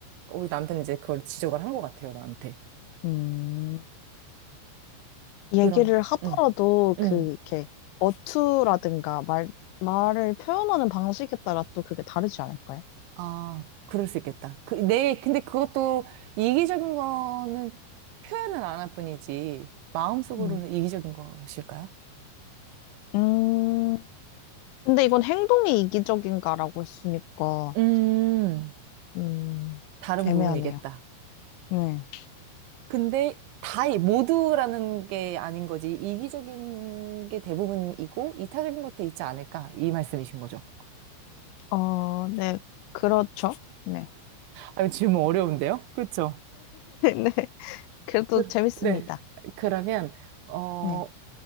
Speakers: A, on the right; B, on the left.
A: 우리 남편이 이제 그걸 지적을 한 것 같아요, 나한테.
B: 음, 얘기를
A: 그럼,
B: 하더라도
A: 응, 응.
B: 그 이렇게 어투라든가 말 말을 표현하는 방식에 따라 또 그게 다르지 않을까요?
A: 아, 그럴 수 있겠다. 그, 내, 근데 그것도 이기적인 거는 표현은 안 할 뿐이지 마음속으로는
B: 음.
A: 이기적인 것일까요?
B: 음, 근데 이건 행동이 이기적인가라고 했으니까,
A: 음,
B: 음,
A: 다른
B: 애매하네요.
A: 부분이겠다.
B: 네.
A: 근데 다, 이- 모두라는 게 아닌 거지. 이기적인 게 대부분이고, 이타적인 것도 있지 않을까. 이 말씀이신 거죠.
B: 어, 네, 그렇죠. <laughs> 네.
A: 아, 질문 어려운데요? 그쵸?
B: 네, 그래도
A: 그,
B: 재밌습니다.
A: 네. 그러면, 어,
B: 네.